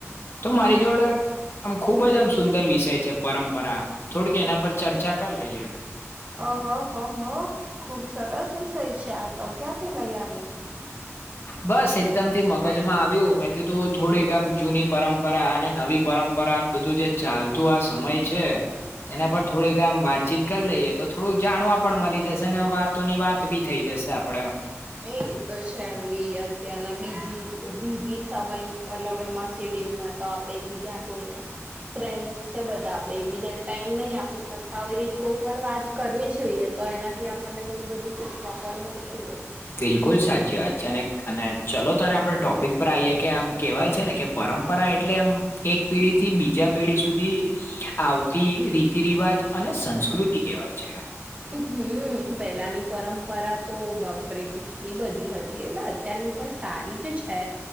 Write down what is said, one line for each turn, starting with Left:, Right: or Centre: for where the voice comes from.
Left: તો મારી જોડે આમ ખુબ જ આમ સુંદર વિષય છે પરંપરા થોડીક એના પર ચર્ચા કર લઈએ
Right: અહ હ હ હો ખુબ સરસ વિષય છે આ તો ક્યાંથી લઈ આવ્યા?
Left: બસ એકદમ થી મગજમાં આવ્યું મે કીધું થોડીક આમ જૂની પરંપરા અને નવી પરંપરા અન બધું જે ચાલતું આ સમય છે એના પર થોડીક આમ વાતચીત કર લઈએ તો થોડુંક જાણવા પણ મળી જશે ને વાતોની વાત બી થઇ જશે આપડે
Right: એ તો છે એમ બી અત્યારના બીઝી બીજી સમય <unintelligible> મ શેડ્યુલમાં તો આપડે એક બીજા કોઈને ફ્રેન્ડસ છે બધા આપડે એકબીજાને ટાઈમ નહી આપી શકતા આવી રી કોકવાર વાત કરવી જોઈએ તો એનાથી આપણને ઘણું બધું શીખવા પણ મળતું રે
Left: બિલકુલ સાચી વાત છે અને અને ચલો તારે આપડ ટોપિક પર આઈએે કે આમ કેહેવાય છે ને કે પરંપરા એટલે એમ એક પેઢી થી બીજા પેઢી સુધી આવતી રીતિ રિવાજ અને સંસ્કૃતિ કહેવાય છે
Right: હમ્મ પેલાની પરંપરા તો બાપરે કેટલી બધી હત તી એટલે અત્યારની પણ સારી જ છે